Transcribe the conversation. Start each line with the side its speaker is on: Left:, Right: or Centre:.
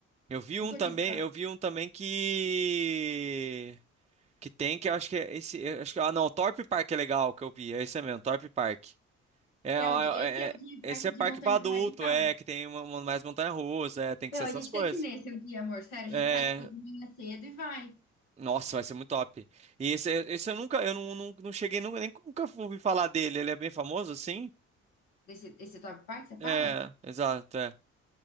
Right: Eu vi
Left: Nunca
Right: um também,
Left: tinha escutado.
Right: eu vi um também que... Que tem, que eu acho que é esse... eu acho que, ah, não, Torpe Park é legal, que eu vi. É esse mesmo, Torpe Park. É,
Left: Que é
Right: ó,
Left: o de- esse
Right: é,
Left: é o
Right: é- é,
Left: de parque
Right: esse é
Left: de
Right: parque
Left: montanha
Right: pra adulto,
Left: radical.
Right: é, que tem uma, uma- mais montanha-russa, é, tem que
Left: Meu,
Right: ser
Left: a
Right: essas
Left: gente
Right: coisas.
Left: tem que ir nesse um dia, amor. Sério,
Right: É,
Left: a gente sai tipo de manhã cedo e vai.
Right: Nossa, vai ser muito top. E esse, esse eu nunca, eu não, não, não cheguei, nunca, nem nunca ouvi falar dele. Ele é bem famoso, assim?
Left: Esse, esse Thorpe Park, você
Right: É,
Left: fala?
Right: exato, é.